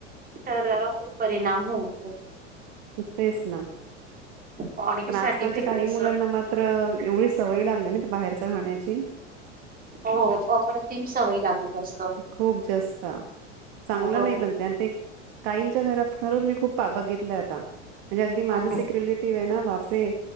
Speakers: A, on the right (about 25°); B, on the right (about 50°).
A: तरप परिणाम होऊन
B: तेच ना,
A: बॉडी
B: पण
A: साठी
B: आजकालच्या
A: फिटनेस
B: काही मुलांना मात्र एवढी सवय लागली ना बाहेरच खण्याची.
A: हो अप्रतिम सवयी लागली. जास्त
B: खूप जास्त चांगलं
A: हो हो
B: नाही बणते आणि ते काईंच्या घरात खरच मी खूपदा बघितले <inaudible> म्हणजे अगदी माझंच
A: हो हो
B: एक रिलेटिव्ह ना ते